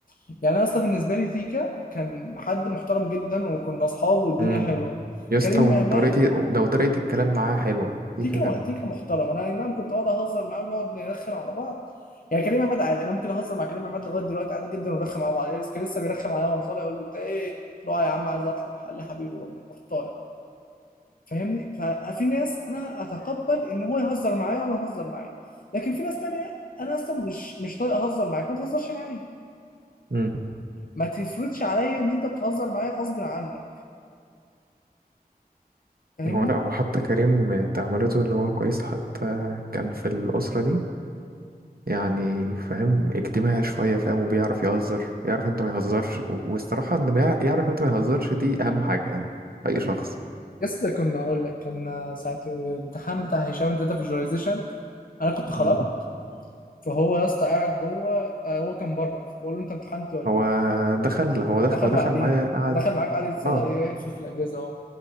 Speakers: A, on the left; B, on the right.
A: يعني انا اصلا بالنسبه لي تيكا كان حد محترم جدا وكنا اصحاب والدنيا
B: امم
A: حلوه
B: يا اسطى
A: كريم
B: وطريقتي
A: عماد
B: ده وطريقة الكلام معاه حلوة دي
A: تيكا
B: كان
A: تيكا محترم انا أي نعم كنت بقعد اهزر معاه ونقعد نرخم على بعض يعني كريم عماد عادي انا ممكن اهزر مع كريم عماد لغايه دلوقتي عادي جدا ونرخم على بعض يعني كان لسه بيرخم عليا وانا طالع يقول لي انت ايه قلت له آه يا عم عايز اطلع قال لي حبيبي وربنا رحت طالع فاهمني ففي ناس انا اتقبل ان هو يهزر معايا وانا اهزر معاه لكن في ناس تانية انا اصلا مش مش طايق اهزر معاك ما تهزرش معايا
B: مم.
A: ما تفرضش عليا ان انت بتهزر معايا غصب عنك فاهمني
B: هو لا هو حتى كريم تعاملاته اللي هو كويسة حتى كان في الأسرة دي يعني فاهم اجتماعي شوية فاهم وبيعرف يهزر ويعرف امتى ما يهزرش و- والصراحة انه بيع- يعرف امتى ما يهزرش دي أهم حاجة يعني في أي شخص
A: يسطا كنا اقول لك كان ساعه الامتحان بتاع هشام الداتا فيجواليزيشن انا كنت خراب
B: مم.
A: فهو يا اسطى قاعد جوه آه، هو كان بره بقول له انت امتحنت ولا
B: هو
A: ايه
B: دخل هو دخل
A: دخل
B: هو دخل
A: بعدينا
B: معايا قعد
A: دخل معاك قعد يتصل-
B: اه
A: يقفل في الاجهزه اهو